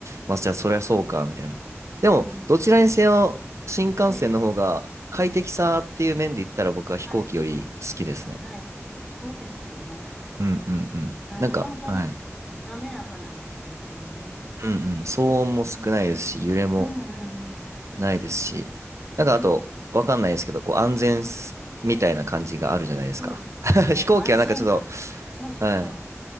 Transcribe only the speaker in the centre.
そうですね。
うん。
ええ、はい、はい。そうですよね。
あの、
本当に
滑らかな動きですもんね。
うん。うん、
うん、うん。
ねえ。
そうですよね。
安心。そうそうそう。